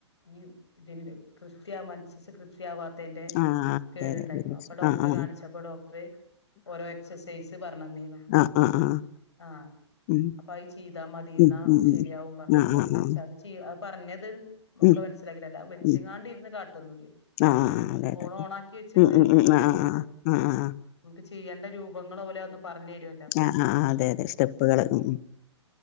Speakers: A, on the left; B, on the left.
A: ഈ ഇതിൻ്റെ കൃത്യ മൻസസ് കൃത്യാവാ ത്തെയ്ന്റെ
B: ആഹ് ആഹ്
A: കേടുണ്ടായ്ന്നു
B: അതെ അതെ വിനീഷ്
A: അപ്പൊ ഡോക്ടറെ
B: ആഹ് ആഹ്
A: കാണിച്ചപ്പോ ഡോക്ടറ് ഓരോ എക്സസൈസ് പറഞ്ഞന്നീന്നു.
B: ആഹ് ആഹ് ആഹ്
A: ആ
B: ഉം
A: അപ്പൊ അഅ് ചീതാ മതീന്നാ
B: ഉം ഉം
A: ശരിയാവും
B: ഉം
A: പറഞ്ഞു
B: ആഹ്
A: അപ്പ അയിനൻച്ച
B: ആഹ് ആഹ്
A: അത് ചീ അഅ് പറഞ്ഞത് മമുക്ക് അഅ്
B: ഉം
A: മനസ്സിലാക്കി തരാ അഅ് വെച്ച്ങ്ങാണ്ട്
B: ഉം
A: ഇരുന്ന് കാട്ടൊന്നുല്ല്യ
B: ആഹ് ആഹ് അതെ
A: ഫോണ്
B: അതെ
A: ഓൺ ആക്കി വെച്ചിട്ട്
B: ഉം ഉം ഉം
A: ചിയ്യൂ
B: ആഹ് ആഹ്
A: ലെ നമുക്ക്
B: ആഹ് ആഹ് ആഹ്
A: ചിയ്യണ്ട രൂപങ്ങള ഓല അ ഒന്ന് പറഞ്ഞേരൊ
B: ആ ആ അതെ അതെ സ്റ്റെപ്പുകള് ഉം ഉം